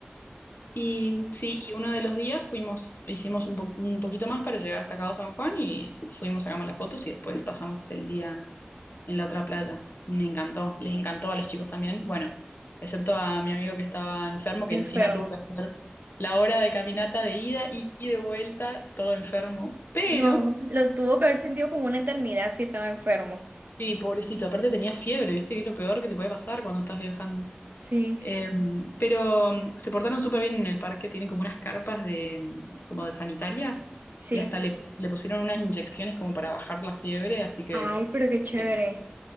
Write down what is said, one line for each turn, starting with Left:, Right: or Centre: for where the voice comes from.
Left: Y sí, y uno de los días fuimos, hicimos un, po- un poquito más para llegar hasta Cabo San Juan y fuimos, sacamos las fotos y después pasamos el día en la otra playa. Me encantó, les encantó a los chicos también. Bueno, excepto a mi amigo que estaba enfermo, que
Right: Enfermo.
Left: encima tuvo que hacer la hora de caminata de ida y, y de vuelta, todo enfermo. Pero,
Right: No, lo tuvo que haber sentido como una eternidad si estaba enfermo.
Left: sí, pobrecito, aparte tenía fiebre, ¿viste? Que es lo peor que te puede pasar cuando estás viajando.
Right: Sí,
Left: Em, pero mm, se portaron súper bien en el parque, tienen como unas carpas de, mm, como de sanitarias
Right: sí.
Left: y hasta le, le pusieron unas inyecciones como para bajar la fiebre, así que
Right: Ay, pero qué chévere.
Left: bien,